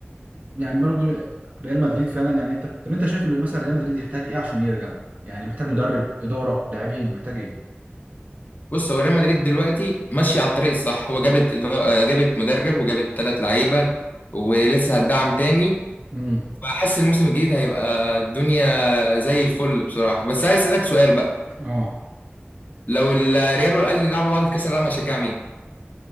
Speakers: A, on the right; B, on the left.
A: يعني برضو ريال مدريد فعلا يعني انت طب انت شايف مثلا ريال مدريد يحتاج ايه عشان يرجع؟ يعني محتاج مدرب اداره لاعبين محتاج ايه؟
B: بص هو ريال مدريد دلوقتي ماشية على الطريق الصح هو جابت إدارة- جابت مدرب وجابت ثلاث لعيبة ولسه هتدعم تاني
A: امم
B: فحاسس الموسم الجديد هيبقى الدنيا زي الفل بصراحة بس عايز أسألك سؤال بقى
A: اه
B: لو الريال والأهلي لعبوا بعض في كأس العالم هشجع مين؟